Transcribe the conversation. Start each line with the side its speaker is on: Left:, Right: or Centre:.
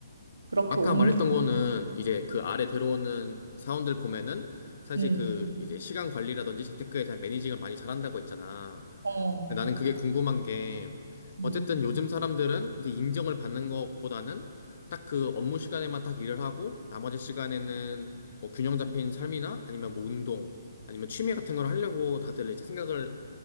Right: 그렇게
Left: 아까
Right: 옮기
Left: 말했던 거는 이제 그 아래 들어오는 사원들 보면은 사실
Right: 음.
Left: 그 이제 시간 관리라든지 재테크에 대한 매니징을 많이 잘한다고 했잖아.
Right: 어.
Left: 근데 나는 그게 궁금한 게
Right: 음.
Left: 어쨌든 요즘 사람들은 이제 인정을 받는 것보다는 딱 그 업무 시간에만 딱 일을 하고 나머지 시간에는 뭐 균형 잡힌 삶이나 아니면 뭐 운동 아니면 취미 같은 걸 하려고 다들 이제 생각을